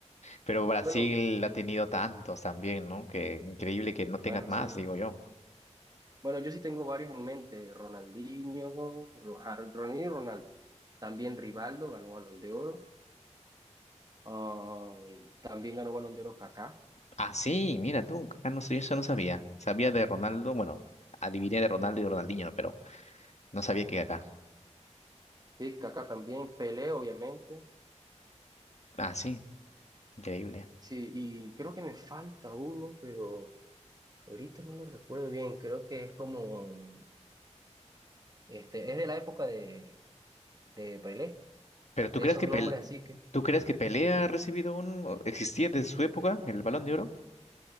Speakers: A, on the left; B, on the right.
A: Pero Brasil
B: Bueno,
A: ha tenido tantos también, ¿no? Que increíble que no tengas
B: bueno,
A: más,
B: sí.
A: digo yo.
B: Bueno, yo sí tengo varios en mente. Ronaldinho, Ro- Har- Ronaldinho y Ronaldo. También Rivaldo ganó Balón de Oro. Ah, también ganó Balón de Oro Kaká.
A: Ah, sí, mira tú, acá no sé, eso no sabía. Sabía de Ronaldo, bueno, adiviné de Ronaldo y Ronaldinho, ¿no? pero no sabía que acá.
B: Sí, Kaká también. Pelé, obviamente.
A: Ah, sí, increíble.
B: Sí, y creo que me falta uno, pero ahorita no lo recuerdo bien. Creo que es como, este, es de la época de, de Pelé,
A: Pero ¿tú
B: de
A: crees
B: esos
A: que
B: nombres
A: Pel-
B: así que,
A: tú crees que Pelé ha recibido un o existía desde su época el Balón de Oro?